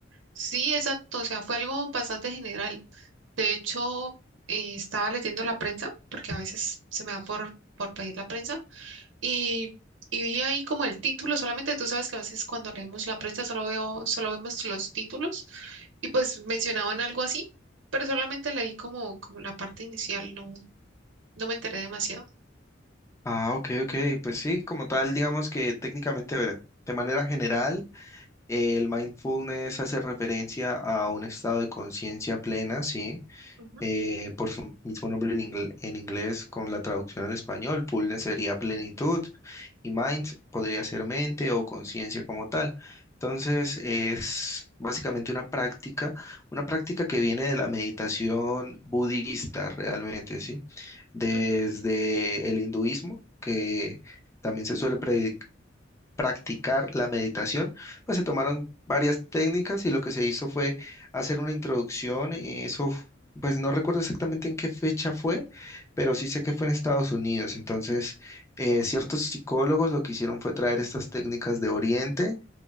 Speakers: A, on the right; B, on the left.
A: Sí, exacto. O sea, fue algo bastante general. De hecho, eh, estaba leyendo la prensa, porque a veces se me da por, por pedir la prensa. Y, y vi ahí como el título, solamente tú sabes que a veces cuando leemos la prensa solo veo, solo vemos los títulos y pues mencionaban algo así, pero solamente leí como, como la parte inicial, no, no me enteré demasiado.
B: Ah, ok, ok, pues sí, como tal, digamos que técnicamente, a ver, de manera general, el mindfulness hace referencia a un estado de conciencia plena, sí,
A: Ujú,
B: eh, por su mismo nombre en, ingle- en inglés con la traducción al español. Fullness sería plenitud y mind podría ser mente o conciencia como tal. Entonces es básicamente una práctica, una práctica que viene de la meditación budista realmente, ¿sí? Desde
A: ujú.
B: el hinduismo, que también se suele predicar practicar la meditación, pues se tomaron varias técnicas y lo que se hizo fue hacer una introducción. eh, Eso, f- pues no recuerdo exactamente en qué fecha fue, pero sí sé que fue en Estados Unidos. Entonces, eh, ciertos psicólogos lo que hicieron fue traer estas técnicas de Oriente